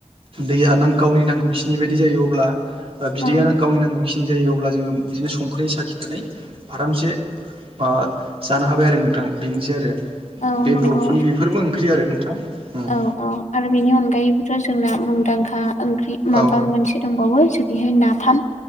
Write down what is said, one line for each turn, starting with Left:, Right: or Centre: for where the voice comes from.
Right: दैया गावनि नांगौखिनि बायदि जायो अब्ला बिदैया
Left: औ
Right: गावनि नांगौ खिनि जायो अब्ला जोङो बिदिनो संख्रिै साखिनानै आरामसे माबा जानो हाबाय आरो नोंथां बेनोसै आरो
Left: औ
Right: बे
Left: नंगौ
Right: बर'फोरनि बेफोरबो ओंख्रि आरो नोंथां उम
Left: औ औ आरो बेनि अनगायैबो जोंना मुंदांखा ओंख्रि माबा
Right: औ
Left: मोनसे दंबावो जेरैहाय नाफाम